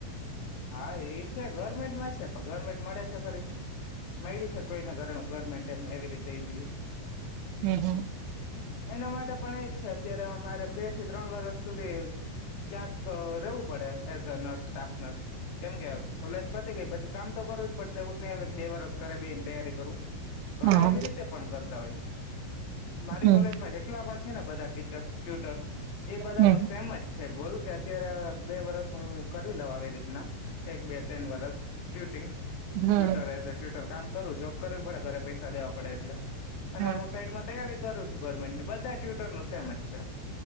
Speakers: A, on the left; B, on the right.
A: હા, એ છે ગવર્મેન્ટમાં છે પણ ગવર્મેન્ટ મળે છે, ખરી મળડી છે, કોઈને ગરમ ગવર્મેન્ટ એમ ને એવી રીતે ઈઝીલી.
B: હમ હમ.
A: એના માટે પણ એજ છે, અત્યારે અમારે બે થી ત્રણ વરસ સુધી ક્યાંક રેવું પડે as the nurse staff nurse. કેમ કેય કોલેજ પતી ગઈ પછી કામ તો કરવું જ પડશે એવું જ નહી એટલ ક બે વરસ કરે બેહીન તૈયારી કરું ઘણા
B: હા
A: એવી રીતે પણ કર તા હોય મારી
B: હમ
A: કોલેજમાં જેટલા પણ છે ને બધા ટીચર્સ, ટ્યુટર્સ એ બધાનો
B: હમ
A: સેમ જ છ છે ગોલ કે અત્યારે બે વરસ હું કરી લઉ આવી રીતના એક બે તેન વરસ ટ્યુટિંગ
B: હમ
A: ટ્વિટર એઝ અ ટવિટર કામ કરું જોબ કરવી પડે ઘરે પૈસા દેવા પડે એટલે. અને
B: હા
A: હું સાઈડમાં તૈયારી કરું છું ગવર્મેન્ટની બધા ટ્યુટરનો સેમ જ છે